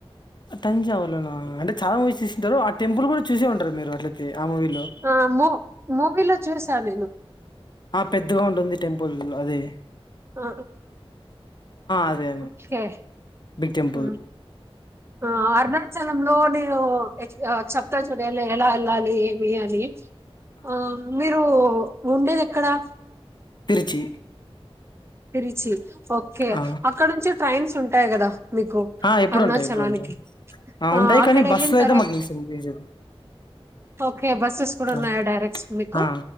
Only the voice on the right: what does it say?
ఆము మూవీలో చూసా నేను
ఆ
ఓకే
ఉ ఆ అరుణాచలంలో నేను ఎట్ల చెప్తా చూడండి ఎలా వెళ్ళాలి ఏమి అని ఆ మీరు ఉ ఉండేది ఎక్కడా
తిరిచి ఓకే
అక్కడ నుంచి ట్రైన్స్ ఉం టాయి గదా మీకు
అరుణాచలానికి
ఆ
అక్కడ
వెళ్ళిన
తర్వాత
ఓకే బస్సెస్ కూడా ఉన్నాయా
డైరెక్స్ మీకు